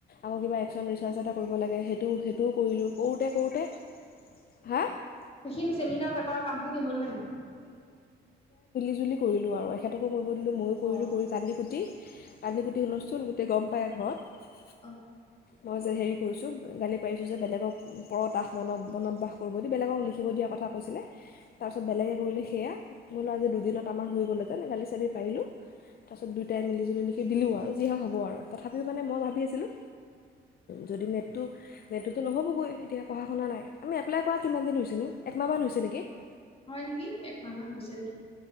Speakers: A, on the left; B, on the left.
A: আক কিব এক্সন ৰিচাৰছ এটা কৰিব লাগ <unintelligible> লে সেইটো সেইটো কৰিলোঁ কৰোঁতে কৰোঁতে হা <unintelligible>
B: সেইখিনি চেমিনাৰ পেপাৰৰ কামখিনি হ'ল নে নাই
A: ইজিলি কৰিলোঁ আৰু এখেতকো কৰিব দিলোঁ মইয়ো কৰিলোঁ
B: অ
A: কৰি কান্দি কুটি কান্দি কুটি শুলচষ্টুল গোটেই গম পায় ঘৰত <unintelligible>
B: অ
A: মই যে হেৰি কৰিছোঁ গালি পাৰিছোঁ যে বেলেগক <unintelligible> ওচৰত আস মন মনত বাস কৰিব দি বেলেগক লিখিব দিয়াৰ কথা কৈছিলে তাৰপিছত বেলেগে কৰিল সেয়া <unintelligible> বোলো আজি দুদিনত আমাৰ হৈ গ'ল হেঁতেন কালি চালি পাৰিলোঁ <unintelligible> তাৰপিছত দুইটাই মিলিজুলি নেকি দিলোঁ আৰু যিহে হ'ব আৰু তথাপিও মানে মই ভাবি আছিলোঁ যদি নেটটো নেটটোতো নহ'বগৈ এতিয়া পঢ়া শুনা নাই আমি এপ্লাই কৰা কিমান দিন হৈছিলোঁ একমাহমান হৈছে নেকি <unintelligible>
B: হয় নেকি একমাহমান হৈছে নেকি